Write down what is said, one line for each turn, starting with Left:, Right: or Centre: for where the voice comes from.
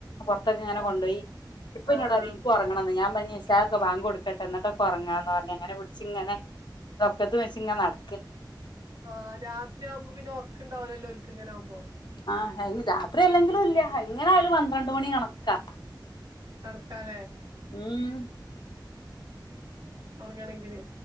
Left: പൊർത്തൊക്കെ ഇങ്ങെനെ
Right: ആഹ്
Left: കൊണ്ടോയി ഇപ്പം ഇന്നോട്
Right: ആഹ് ആഹ്
Left: പറിം ഇൻക് ഒർങ്ങെണം ഞാം പർഞ്ഞ് ഇഞ് ഇശാ ഒക്കൊ ബാങ്ക് കൊട്ക്കെട്ടെ ഇന്നൊട്ടൊക്കെ ഒർങ്ങാന്ന് പർഞ്ഞ് അങ്ങനെ പുട്ച്ച് ഇങ്ങെനെ ത് ഒക്കെത്ത് വെച്ച് ഇങ്ങെനെ നട്
Right: ആഹ് രാത്രി ആവുമ്പോ പിന്നെ ഓർക്ക് ഇണ്ടാവ്‌ലല്ലോ ഓൽക്ക് ഇങ്ങെനെ ആവുമ്പോ
Left: ആഹ് അയിന് രാത്രി അല്ലെങ്കിലും ഇല്ല എങ്ങനെ ആയാലും പന്ത്രണ്ട് മണി കണ്ക്കാ
Right: കണക്കാലേ
Left: ഉം
Right: ഉറങ്ങണെങ്കില്